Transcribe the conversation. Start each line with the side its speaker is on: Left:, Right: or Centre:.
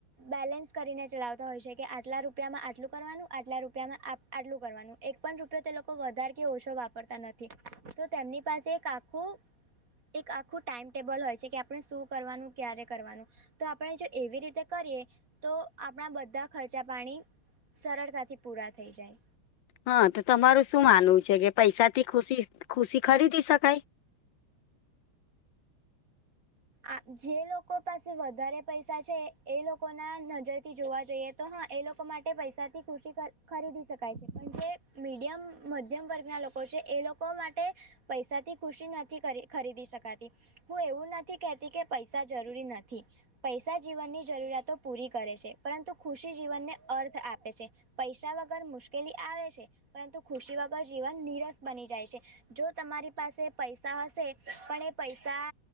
Right: બેલેન્સ કરીને ચલાવતા હોય છે, કે આ ટલા રૂપિયામાં આટલું કરવાનું આટલા રૂપિયામાં આટ આટલું કરવાનું એક પણ રૂપયો તે લોકો વધારે કે ઓછો વાપરતા ન થી તો તેમની પાસે એક આખું. એક આખું ટાઈમ ટેબલ હોય છે, કે આપણે શું કરવાનું ક્યારે કરવાનું તો આપણે જો એવી રીતે કરીએ તો આપણા બધા ખર્ચ ચા પાણી સરળતાથી પૂરાં થઈ જાય.
Left: હા, તો તમારું શું માનવું છે કે પૈસાથી ખુશી ખુશી ખરીદી શકાય?
Right: આ જે લોકો પાસે વધારે પૈસા છે એ લોકોના નજરથી જોવા જઈએ તો હા, એ લોકો માટે પૈસાથી ખુશી ખર ખરીદી શકાય છે પણ તે મીડિયમ મધ્યમ વર્ગના લો કો છે એ લોકો માટે પૈસાથી ખુશી નથી ખરી ખરીદી શકાતી હું એવું ન થી કેતી કે પૈસા જરૂરી નથી. પૈસા જીવનની જરૂરિયાતો પૂરી કરે છે પરંતુ ખુશી જીવનને અર્થ આપે છે. પૈસા વગર મુશ્કેલી આવે છે પરંતુ ખુશી જીવન નિરસ બની જાય છે. જો તમારી પાસે પૈસા હશે પણ એ પૈસા